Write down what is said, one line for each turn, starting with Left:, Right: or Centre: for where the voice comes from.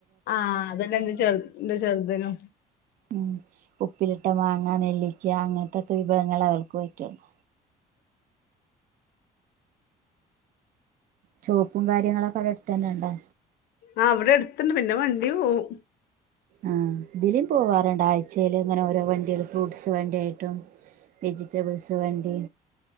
Left: ആ അത്‌ അന്നെ എന്ത് ചെറ് ത് ചെറുത്നും
Right: ഉം ഉപ്പില് ട്ട മാങ്ങാ നെല്ലിക്ക അങ്ങനത്ത വിഭവങ്ങൾ അവൾക്ക് പറ്റൊള്ളൂ ശോപ്പും കാര്യങ്ങളൊക്ക അവിടെ അടുത്ത് തന്ന ഒണ്ടാ
Left: ആ ഇവിടെ അടുത്ത്ണ്ട് പിന്നെ വണ്ടി പോം
Right: ആഹ് ഇതിലേം പോവാ റൊണ്ട് ആഴ്ച്ചേല് ഇങ്ങന ഓരോ വണ്ടികള് ഫ്രൂട്ട്സ് വണ്ടിയായിട്ടും വെജിറ്റബിൾസ് വണ്ടി